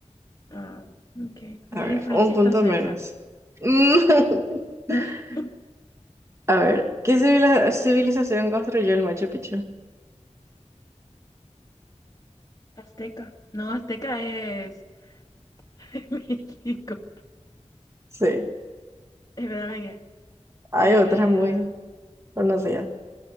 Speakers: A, on the left; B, on the right.
A: Ah, ok. Bueno,
B: A ver,
A: y Francia
B: un punto
A: está cerca.
B: menos. Mm.
A: <laughs>
B: <laughs> A ver, ¿qué civila- civilización construyó el Machu Picchu?
A: Azteca. No, Azteca es <laughs> México.
B: Sí.
A: Espérame que.
B: Hay
A: El.
B: otras muy conocidas.